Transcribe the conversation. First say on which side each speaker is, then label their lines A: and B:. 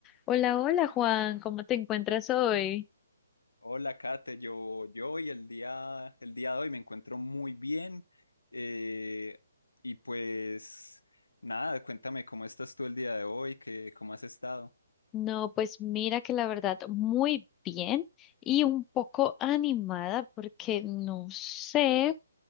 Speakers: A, on the left; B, on the left.
A: Hola, hola Juan, ¿cómo te encuentras hoy?
B: Hola, Kate. Yo, yo hoy el día, el día de hoy me encuentro muy bien. eh, y pues nada, cuéntame cómo estás tú el día de hoy, que, cómo has estado.
A: No, pues mira que la verdad muy bien y un poco animada porque no sé,